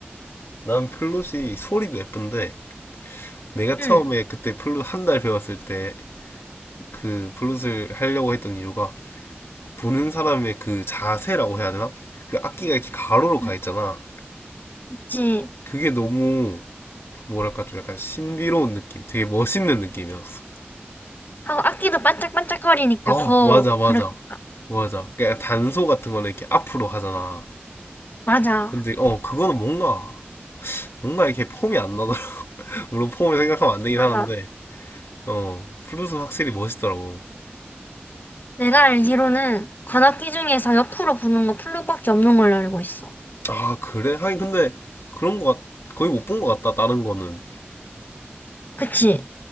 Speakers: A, on the left (about 80°); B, on the left (about 50°).
A: 난 플룻이 소리도 예쁜데 내가
B: 응,
A: 처음에 그때 플룻 한 달 배웠을 때 그 플룻을 하려고 했던 이유가 보는 사람의 그 자세라고 해야 되나? 그 악기가 이렇게 가로로 가
B: 응.
A: 있잖아.
B: 그치.
A: 그게 너무 뭐랄까 좀 약간 신비로운 느낌, 되게 멋있는 느낌이었어.
B: 하고 악기도 반짝반짝거리니까
A: 어,
B: 더
A: 맞아, 맞아,
B: 그렇겠다.
A: 맞아. 그러니까 단소 같은 거는 이렇게 앞으로 가잖아.
B: 맞아,
A: 근데 어, 그거는 뭔가 뭔가 이렇게 폼이 안 나더라. <laughs> 물론 폼을 생각하면 안 되긴
B: 맞아.
A: 하는데, 어, 플룻은 확실히 멋있더라고.
B: 내가 알기로는 관악기 중에서 옆으로 부는 거 플룻밖에 없는 걸로 알고 있어.
A: 아, 그래? 하긴 근데 그런 거 같, 거의 못 본 거 같다, 다른 거는.
B: 그치?